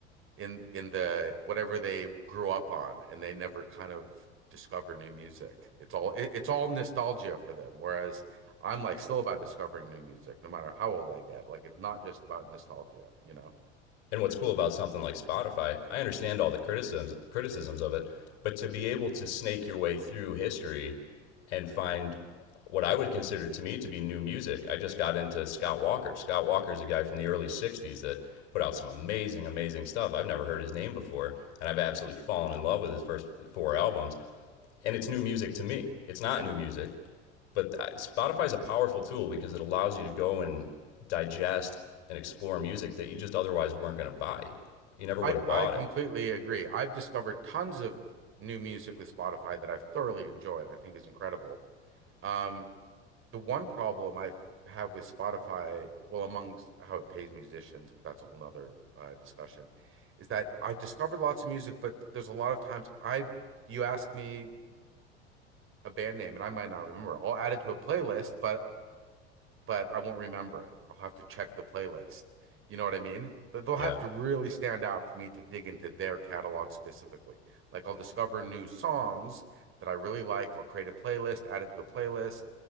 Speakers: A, on the right; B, on the left.
A: in in the whatever they grew up on and they never kind of discover new music. It's all it, it's all nostalgia for them. Whereas I'm like still about discovering new music no matter how old I get. Like it's not just about nostalgia, you know.
B: And what's cool about something like Spotify, I understand all the criticisms criticisms of it, but to be able to snake your way through history and find what I would consider to me to be new music. I just got into Scott Walker. Scott Walker is a guy from the early 60s that put out some amazing, amazing stuff. I've never heard his name before, and I've absolutely fallen in love with his first four albums. And it's new music to me. It's not
A: Yeah.
B: new music, but uh, Spotify is a powerful tool because it allows you to go and digest and explore music that you just otherwise weren't going to buy. You never
A: I
B: would have bought
A: I completely
B: it.
A: agree. I've discovered tons of new music with Spotify that I've thoroughly enjoyed and I think is incredible. Um the one problem I have with Spotify, well, amongst how it pays musicians, but that's a whole nother uh, discussion, is that I discovered lots of music, but there's a lot of times I, you ask me a band name and I might not remember. I'll add it to a playlist, but but I won't remember it. I'll have to check the playlist. You know what I mean? Th- They'll have
B: Yeah.
A: to really stand out for me to dig into their catalog specifically. Like I'll discover new songs that I really like. I'll create a playlist, add it to a playlist,